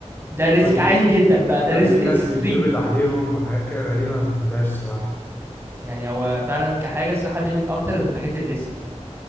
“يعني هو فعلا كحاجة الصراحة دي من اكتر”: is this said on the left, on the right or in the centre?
Right